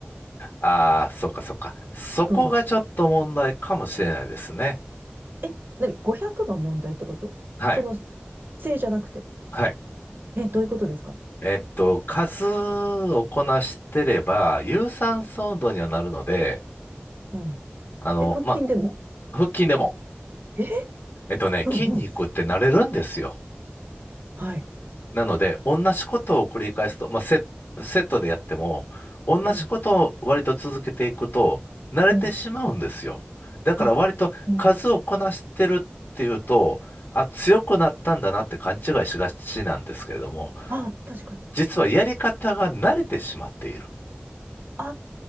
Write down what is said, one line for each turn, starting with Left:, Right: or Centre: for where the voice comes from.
Left: あああ、そっかそっか。そこがちょっと問題かもしれないですね。
Right: うん。え、なに、500が問題ってことその、
Left: はい。
Right: 姿勢じゃなくて。
Left: はい。
Right: え、どういうことですか
Left: えっと、数をこなしてれば、有酸素運動にはなるので、
Right: うん。
Left: あの、
Right: え、腹筋でも
Left: まあ、腹筋でも、
Right: え
Left: えっとね、
Right: うんうん。
Left: 筋肉って慣れるんですよ。
Right: はい。
Left: なので、同じことを繰り返すと、まあ、セ、セットでやっても、同じことを割と続けていくと、
Right: うん。
Left: 慣れてしまうんですよ。
Right: うん。
Left: だから割と数をこなしてるっていうと、
Right: あ、うん。
Left: あ、強くなったんだなって勘違いしがちなんですけれども、
Right: あ、確かに。
Left: 実はやり方が慣れてしまっている。
Right: あ